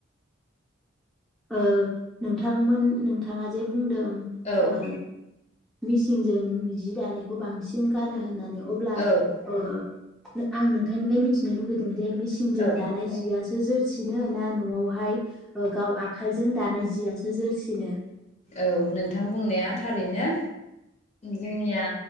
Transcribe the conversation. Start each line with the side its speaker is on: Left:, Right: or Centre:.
Centre: ओ नोंथांमोन नोंथाङा जे बुं दों
Left: औ
Centre: ओ मिसिनजों जि दानायखौ बांसिन गानो होननानै अब्ला
Left: औ
Centre: ओ आं नोंथांनिफ्राय मिथिनो लुबैदों बे मेसिनजों
Left: औ
Centre: दानाय जिया जोरसिनो ना नआवहाय गाव आखाइजों दानाय जियासो जोरसिनो
Left: औ नोंथां बुंनाया थारैनो जोंनिया